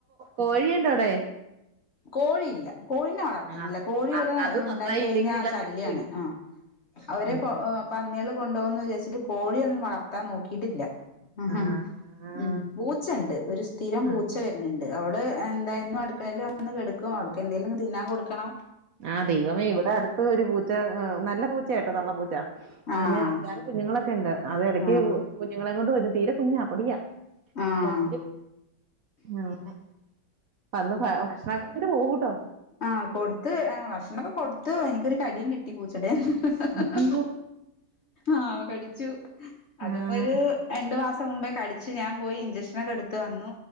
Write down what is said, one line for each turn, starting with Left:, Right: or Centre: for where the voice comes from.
Right: കോഴി ഉണ്ടോടെ
Left: കോഴിയില്ല കോഴീനെ വളർത്തണില്ല
Right: ആഹ്
Left: കോഴി ഇവിടെ
Right: അത് അത്
Left: ഉണ്ടായി
Right: നന്നായി
Left: കഴിഞ്ഞാ
Right: ഇല്ലെങ്കി എല്ലാം
Left: ശല്യാണ്
Right: പിടിച്ചു തിന്നും
Left: ആ അവരെ
Right: ഉം
Left: പന്നികള് കൊണ്ടുപോന്ന് വിചാരിച്ചിട്ട് കോഴിയൊന്നും വളർത്താൻ നോക്കീട്ടില്ല ഹ ഹ
Right: ആഹ്
Left: ഹ്
Right: ആഹ്
Left: ഉം പൂച്ചെണ്ട് ഒരു സ്ഥിരം പൂച്ച
Right: ആഹ്
Left: വെരുന്നുണ്ട് അവള് എന്ത എന്നും അടുക്കളയില് വന്ന് കെടക്കും അവൾക്ക് എന്തേലും തിന്നാൻ കൊടുക്കണം
Right: ആഹ് ദൈവമേ ഇവിടെ അടുത്ത ഒരു പൂച്ച നല്ല പൂച്ചയാട്ടോ തള്ള പൂച്ച
Left: ആഹ്
Right: അതിന് അഞ്ചാറു കുഞ്ഞുങ്ങളൊക്കെണ്ട് അത് എടയ്ക്ക്
Left: ആഹ്
Right: കുഞ്ഞുങ്ങളെ കൊണ്ട് വെരും തീരെ കുഞ്ഞാ പൊടിയാ
Left: ആഹ്
Right: കൊണ്ടെരും ആ അങ്ങനെ അന്ന് ഭക്ഷണോക്കെ ഇങ്ങട്ട് പോവൂട്ടോ.
Left: ആ കൊടുത്ത് ആ ഭക്ഷണ ഒക്കെ കൊടുത്തു, എനിക്കൊരു കടിയും കിട്ടി പൂച്ചടെന്ന്. ഹ് ഹ് ഹ്
Right: അയ്യോ
Left: ഹ് ഹ് ആ കടിച്ചു അത്
Right: ആഹ്
Left: ഇപ്പൊരൂ രണ്ടു മാസം മുമ്പേ കടിച്ചു ഞാൻ പോയി ഇഞ്ചക്ഷനൊക്കെ എടുത്ത് വന്നു.